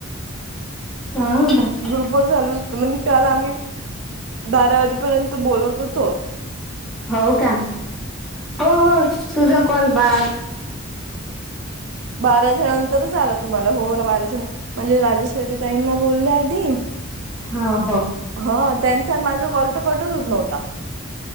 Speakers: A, in the centre; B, on the right (about 65°).
A: हा
B: ग्रुपर चालू म्हणजे काल आम्ही बारा वाजेपर्यंत बोलत होतो
A: हो का हो हो तुझा कॉल ब
B: बारा जणांंतरच आला तुम्हाला हो बाराजण म्हणजे राजेश्वरी ताईंना बोलल्या आधी
A: ह हो
B: ह त्यांचा माझा कॉल तर कटत होत नव्हता